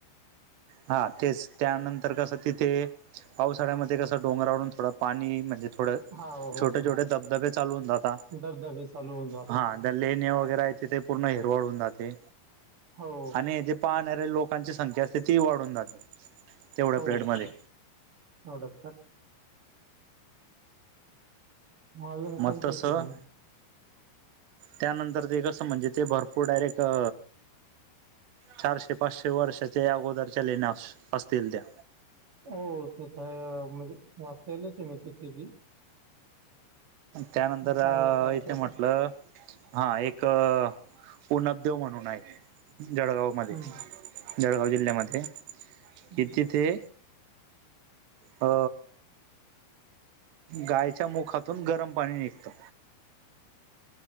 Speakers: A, on the right (about 75°); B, on the right (about 55°).
A: हा तेच त्यानंतर कसं तिथे पावसाळ्यामध्ये कसं डोंगरावरढून थोडं पाणी म्हणजे थोडं
B: हा हो
A: छोटे छोटे धबधबे चालू होऊन जाता.
B: धबधबे चालू होऊन जातात
A: हां लेन्या वगैरे आहे, तिथे पूर्ण हिरवाळून जाते.
B: हो.
A: नाही जे पाहणाऱ्या लोकांची संख्या असते ती वाढून जाते. तेवढ्या
B: हो
A: पिरियडमध्ये
B: हो, थोडफार मग अजून
A: म
B: कोणत्याही
A: तसं
B: ठिकाणी
A: त्यानंतर ते कसं म्हणजे ते भरपूर डायरेक्ट अ चारशे पाचशे वर्षाच्या ही अगोदरच्या लेण्या अशं असतील त्या.
B: हो तिथं, म्हणजे वाचलेलंच आहे मी तिथे बी.
A: त्यानंतर
B: पाहण्यासारख्या
A: अ इथे म्हटलं
B: पण
A: हा एक अ उनबदेव म्हणून आहे, जळगाव मध्ये.
B: हम्म,
A: जळगाव जिल्ह्यामध्ये,
B: हम्म.
A: की तिथे अ गायच्या मुखा तून गरम पाणी निघतं.